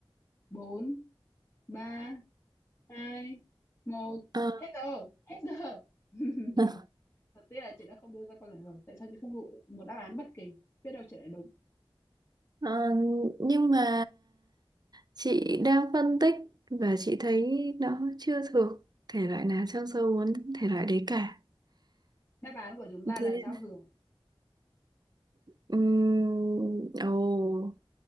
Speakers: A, on the left; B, on the right.
A: bốn ba hai một
B: ờ,
A: hết giờ hết giờ <laughs>
B: ờ,
A: thật tiếc là chị đã không đưa ra câu trả lời tại sao chị không lựa một đáp án bất kỳ biết đâu chị lại đúng
B: ờ, nhưng mà chị đang phân tích và chị thấy nó chưa thuộc thể loại nào trong số 4 thể loại đấy cả
A: đáp án của chúng ta
B: thế
A: là
B: nên
A: giao hưởng
B: ừm, ồ